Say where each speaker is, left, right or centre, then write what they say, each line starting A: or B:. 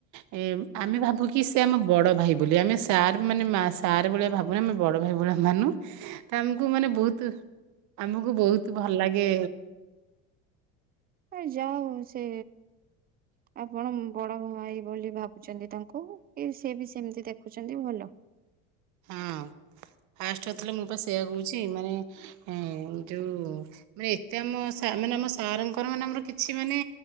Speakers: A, on the right; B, on the right.
A: ଏ ଆମେ ଭାବୁ କିି ସେ ଆମ ବଡ ଭାଇ ବୋଲି। ଆମେ ସାର୍ ମାନେ ମା ସାର୍ ଭଳିଆ ଭାବୁ ବଡ ଭାଇ ଭଳିଆ ମାନୁ। ତ ଆମକୁ ମାନେ ବହୁତ ଆମକୁ ବହୁତ ଭଲ ଲାଗେ
B: ଅ ଯାହା ହଉ ସେ ଆପଣ ଉଁ ବଡ ଭାଇ ବୋଲି ଭାବୁଛନ୍ତି ତାଙ୍କୁ। ଏ ସିଏ ବି ସେମିତି ଦେଖୁଛନ୍ତି ଭଲ।
A: ହଁ ଫାଷ୍ଟରୁ ଥିଲି ମୁଁ ପା ସେଇଆ କହୁଛି ମାନେ ହୁଁ ଯୋଉ ମାନେ ଏତେ ଆମ ସା ମାନେ ଆମ ସାରଙ୍କ ମାନେ ଆମର କିଛି ମାନେ